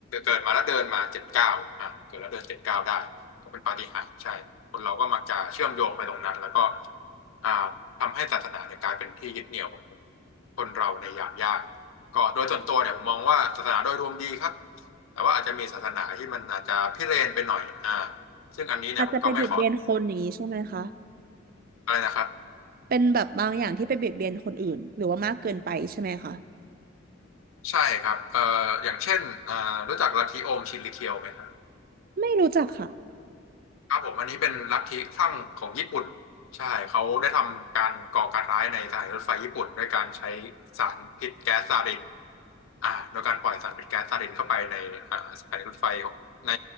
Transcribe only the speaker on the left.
เกิดมาแล้วเดินมาเจ็ดเก้าอ่ะเกิดแล้วเดินเจ็ดเก้าได้ก็เป็นปาฏิหาริย์ใช่คนเราก็มักจะเชื่อมโยงไปตรงนั้นแล้วก็ อ่าทำให้ศาสนาเนี่ยกลายเป็นที่ยึดเหนี่ยวของคนเราในยามยากก็โดยส่วนตัวเนี่ยผมมองว่าศาสนาโดยรวมดีครับแต่ว่าอาจจะมีศาสนาที่มันอาจจะพิเรนไปหน่อยอ่าซึ่งอันนี้เนี่ยผมก็ไม่ขอ
อะไรนะครับ
ใช่ครับเอ่ออย่างเช่นอ่ารู้จักลัทธิโอมชินริเคียวไหมครับ
ครับผมอันนี้เป็นลัทธิคลั่งของญี่ปุ่นใช่เขาได้ทำการก่อการร้ายในสถานีรถไฟญี่ปุ่นด้วยการใช้สารพิษแก๊สซารินอ่าโดยการปล่อยสารพิษแก๊สซารินเข้าไปในอ่าสถานีรถไฟของใน